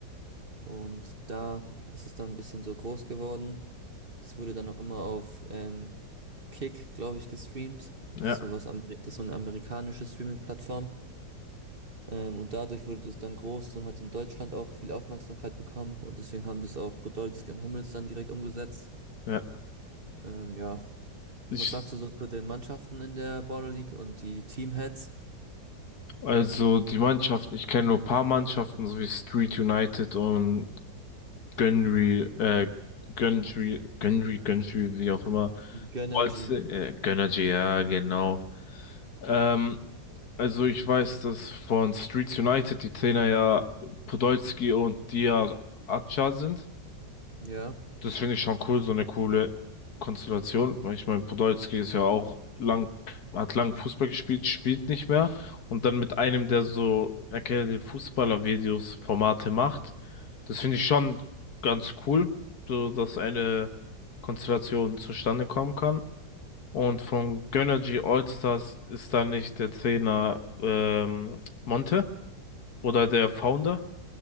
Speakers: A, on the right; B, on the left.
A: Und da ist es dann ein bisschen so groß geworden. Es wurde dann auch immer auf ähm, Kick, glaube ich, gestreamt.
B: Ja,
A: Das ist sowas, Ameri- das ist so eine amerikanische Streaming-Plattform. Ähm, und dadurch wurde es dann groß und hat in Deutschland auch viel Aufmerksamkeit bekommen. Und deswegen haben das auch Podolski und Hummels dann direkt umgesetzt.
B: ja.
A: Ähm, ja,
B: Ich,
A: was sagst du so zu den Mannschaften in der Baller League und die Teamheads?
B: also die Mannschaften, ich kenne nur ein paar Mannschaften, so wie Street United und Gönnry, äh, Gönnry, Gönnry, Gönnry, wie auch immer.
A: Genergy.
B: Wolz, äh, Gönnergy, ja, genau. Ähm, also ich weiß, dass von Streets United die Trainer ja Podolski und Diar Acha sind.
A: Ja.
B: Das finde ich schon cool, so eine coole Konstellation. Weil ich meine, Podolski ist ja auch lang, hat lang Fußball gespielt, spielt nicht mehr. Und dann mit einem, der so erkennende Fußballer-Videos, Formate macht. Das finde ich schon ganz cool, so dass eine Konstellation zustande kommen kann. Und von Gönnergy Allstars ist da nicht der Trainer ähm, Monte oder der Founder?